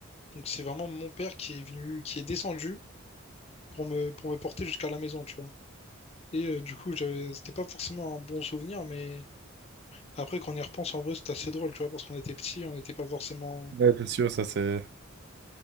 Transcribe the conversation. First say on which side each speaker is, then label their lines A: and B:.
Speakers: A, on the left (about 30°); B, on the right (about 50°).
A: Donc c'est vraiment mon père qui est venu, qui est descendu pour me, pour me porter jusqu'à la maison, tu vois. Et euh, du coup, j'avais- c'était pas forcément un bon souvenir, mais après, quand on y repense, en vrai, c'était assez drôle, tu vois, parce qu'on était petits, on n'était pas forcément.
B: Ouais, c'est sûr, ça c'est...